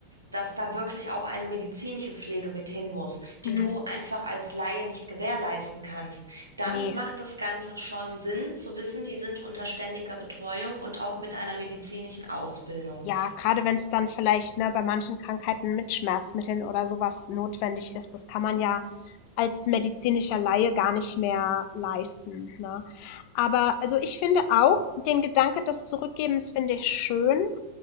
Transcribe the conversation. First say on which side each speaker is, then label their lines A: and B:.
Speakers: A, on the right; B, on the left.
A: dass da wirklich auch eine medizinische Pflege mit hin muss,
B: mhm,
A: die du einfach als Laie nicht gewährleisten kannst, dann
B: ne,
A: macht das Ganze schon Sinn zu wissen, die sind unter ständiger Betreuung und auch mit einer medizinischen Ausbildung.
B: ja, gerade wenn es dann vielleicht, ne, bei manchen Krankheiten mit Schmerzmitteln oder sowas notwendig ist, das kann man ja als medizinischer Laie gar nicht mehr leisten, ne? Aber also, ich finde auch den Gedanke des Zurückgebens finde ich schön.